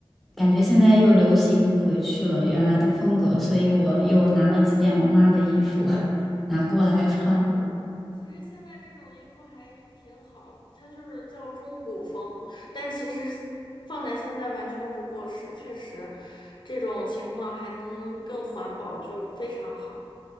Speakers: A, in the centre; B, on the left.
A: 感觉现在又流行回去了原来的风格，所以我又拿了几件我妈的衣服。拿过来穿。
B: 其实现在这种衣服还挺好，它就是叫中古风，但其实放在现在完全不过时，确实这种情况还能更环保，就非常好。